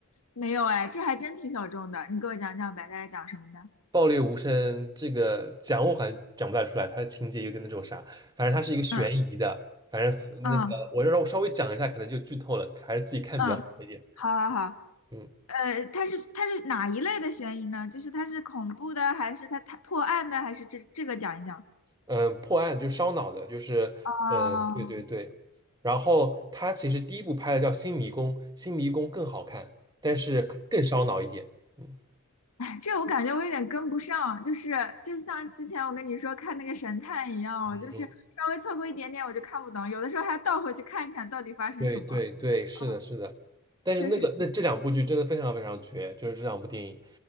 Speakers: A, on the left; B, on the right.
A: 没有哎，这还真挺小众的。你给我讲讲呗，大概讲什么的？
B: 爆裂无声这个讲我好像讲不太出来，它的情节有点那种啥，反正它是一个悬疑的，
A: 嗯
B: 反正那个我让我稍微讲一下，
A: 嗯
B: 可能就剧透了，还是自己看比较好一点。
A: 嗯，好好好。
B: 嗯
A: 呃，它是它是哪一类的悬疑呢？就是它是恐怖的，还是它它破案的，还是这这个讲一讲？
B: 嗯，呃破案就烧脑的，就是嗯，
A: 哦
B: 呃对对对。然后他其实第一部拍的叫《新迷宫》，《新迷宫》更好看，但是更烧脑一点。嗯
A: 这我感觉我有点跟不上，就是就像之前我跟你说看那个神探一样，我就是稍微错过一点点我就看不懂，
B: 嗯
A: 有的时候还要倒回去看一看到底发生什么。
B: 对对对，是的，
A: 嗯，
B: 是的。但是那个那这两部剧真的非常非常绝，
A: 确实。
B: 就是这两部电影，